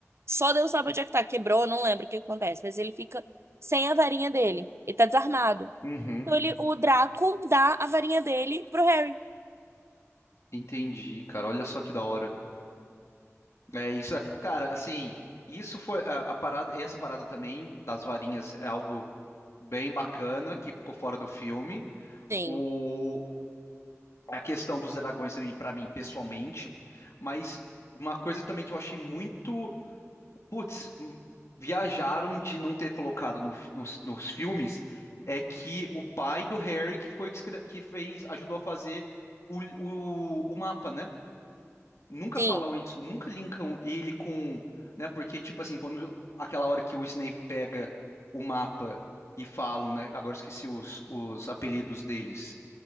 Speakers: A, on the right (about 55°); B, on the left (about 65°).
A: só Deus sabe onde é que tá, quebrou, não lembro o que acontece, mas ele fica sem a varinha dele, ele tá desarmado.
B: Uhum,
A: Então ele, o Draco dá a varinha dele pro Harry.
B: entendi, cara. Olha só que da hora. É isso, é- cara, assim, isso foi a, a parada, essa parada também das varinhas é algo bem bacana que ficou fora do filme.
A: Sim.
B: O a questão dos dragões também pra mim pessoalmente, mas uma coisa também que eu achei muito, putz, hum, viajaram de não ter colocado no fi- nos, nos filmes é que o pai do Harry que foi que, escre- que fez, ajudou a fazer o, o, o mapa, né? nunca
A: Sim.
B: falam isso, nunca linkam ele com, né? Porque, tipo assim, quando aquela hora que o Snape pega o mapa e falam, né? Agora esqueci os, os apelidos deles,